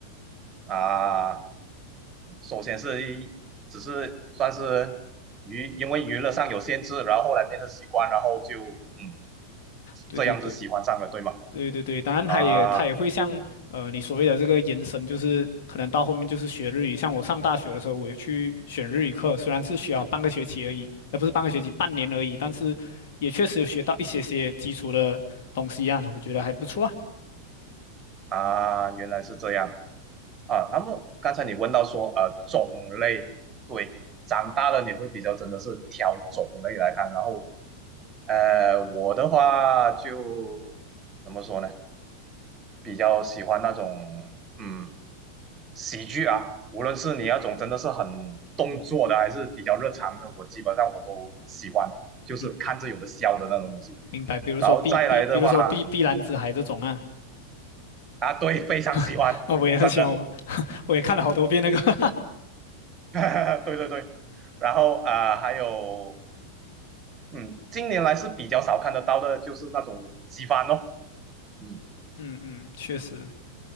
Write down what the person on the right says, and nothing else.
啊，首先是一只是算是娱，因为娱乐上有限制，然后后来变成习惯，然后就嗯
这样子喜欢上了，对吗？
啊
啊，原来是这样啊。那么刚才你问到说呃种类，对，长大了你会比较真的是挑种类来看，然后呃我的话就怎么说呢？比较喜欢那种嗯喜剧啊，无论是你那种真的是很动作的，还是比较日常的，我基本上我都喜欢，就是看着有的笑的那种东西。
然后再来的话
啊，对，非常喜欢，
真的，
<laughs> 对对对。然后啊、还有嗯，近年来是比较少看得到的，就是那种机翻咯，嗯